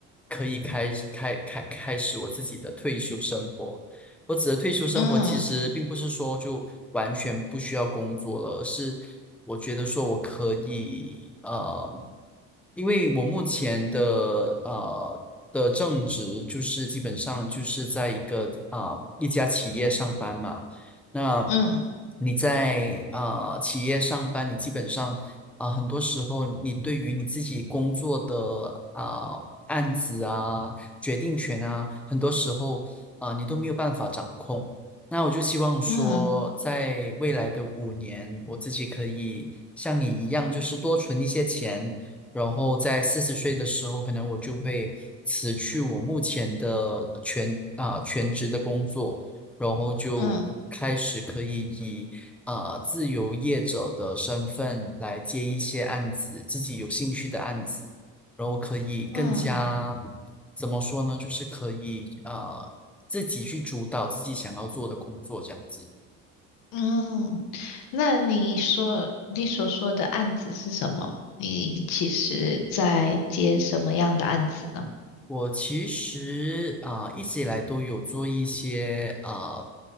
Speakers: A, in the centre; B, on the left.
A: 可以开开开开始我自己的退休生活。我指的退休生活，
B: 嗯
A: 其实并不是说就完全不需要工作了，而是我觉得说我可以，呃，因为我目前的呃的正职就是基本上就是在一个啊、呃一家企业上班嘛，那
B: 嗯
A: 你在啊、呃企业上班，你基本上。啊，很多时候你对于你自己工作的啊、案子啊、决定权啊，很多时候啊，你都没有办法掌控。那我就希望说，
B: 嗯
A: 在未来的五年，我自己可以像你一样，就是多存一些钱，然后在四十岁的时候，可能我就会辞去我目前的呃全啊、全职的工作，然后就开始可以以啊、
B: 嗯
A: 自由业者的身份来接一些案子，自己有兴趣的案子，然后可以更加。
B: 嗯
A: 怎么说呢？就是可以呃自己去主导自己想要做的工作这样子。
B: 嗯，那你说你所说的案子是什么？你其实在接什么样的案子呢？
A: 我其实啊、一直以来都有做一些啊、